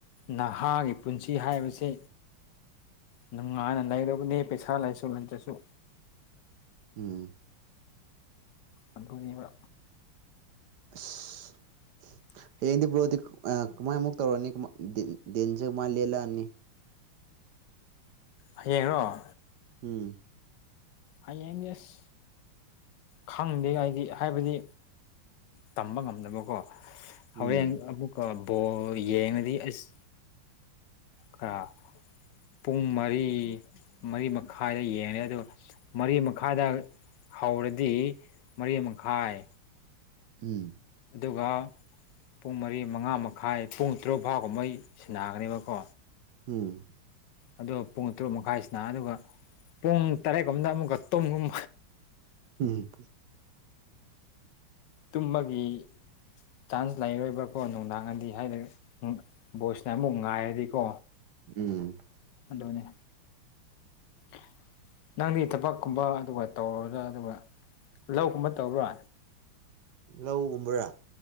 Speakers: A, on the left; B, on the right.
A: ꯅꯍꯥꯒꯤ ꯄꯨꯟꯁꯤ ꯍꯥꯏꯕꯁꯦ ꯅꯨꯡꯉꯥꯏꯅ ꯂꯩꯔꯕꯅꯦ ꯄꯩꯁꯥ ꯂꯩꯁꯨ ꯂꯩꯇ꯭ꯔꯁꯨ꯫
B: ꯎꯝ꯫
A: ꯑꯗꯨꯅꯤꯕ꯫
B: ꯑꯁ꯫
A: <inaudible>
B: ꯍꯌꯦꯡꯗꯤ ꯕ꯭ꯔꯣꯗꯤ ꯑ ꯀꯃꯥꯏꯃꯨꯛ ꯇꯧꯔꯅꯤ ꯗꯤꯟꯁꯦ ꯀꯃꯥꯏ ꯃꯨꯛ ꯂꯦꯜꯂꯛꯑꯅꯤ꯫
A: ꯍꯌꯦꯡꯔꫭ꯫
B: ꯎꯝ꯫
A: ꯍꯌꯦꯡꯗꯤ ꯑꯁ ꯈꯪꯗꯦ ꯍꯥꯏꯗꯤ ꯍꯥꯏꯕꯗꯤ ꯇꯝꯕ ꯉꯝꯗꯕꯀꯣ꯫
B: ꯎꯝ
A: ꯍꯧꯔꯦꯟ ꯑꯃꯨꯛꯀ ꯕꫭꯜ ꯌꯦꯡꯔꯗꯤ ꯑꯁ ꯈꯔ ꯄꯨꯡ ꯃꯔꯤ ꯃꯔꯤ ꯃꯈꯥꯏꯗ ꯌꯦꯡꯉꯦ ꯑꯗꯨ ꯃꯔꯤ ꯃꯈꯥꯏꯗ ꯍꯧꯔꯗꯤ ꯃꯔꯤ ꯃꯈꯥꯏ
B: ꯎꯝ꯫
A: ꯑꯗꯨꯒ ꯄꯨꯡ ꯃꯔꯤ ꯃꯉꯥ ꯃꯈꯥꯏ ꯄꯨꯡ ꯇꯔꯨꯛ ꯐꯥꯎꯒꯨꯝ ꯃꯩ ꯁꯤꯟꯅꯥ ꯒꯅꯤꯕꯀꯣ꯫
B: ꯎꯝ꯫
A: ꯑꯗꯣ ꯄꯨꯡ ꯇꯔꯨꯛ ꯃꯈꯥꯏꯁꯤꯅ ꯑꯗꯨꯒ ꯄꯨꯡ ꯇꯔꯦꯠꯀꯗ ꯑꯃꯨꯛꯀ ꯇꯨꯝꯒꯨꯝ꯫
B: ꯎꯝ꯫
A: ꯇꯨꯝꯃꯒꯤ ꯆꯥꯟꯁ ꯂꯩꯔꯣꯏꯕ꯭ꯔꯥꯀꯣ ꯅꯨꯡꯗꯥꯡꯉꯗꯤ ꯍꯥꯏꯗꯤ ꯚꯣꯏꯁꯅ ꯑꯃꯨꯛ ꯉꯥꯏꯔꯗꯤꯀꯣ
B: ꯎꯝ
A: ꯑꯗꯨꯅꯦ <inaudible> ꯅꯪꯗꯤ ꯊꯕꯛꯀꯨꯝꯕ ꯑꯗꯨꯒ ꯇꯧꯔꯕ꯭ꯔꯥ ꯑꯗꯨꯒ ꯂꯧꯒꯨꯝꯕ ꯇꯧꯕ꯭ꯔꯥ
B: ꯂꯧꯒꯨꯝꯕ꯭ꯔꯥ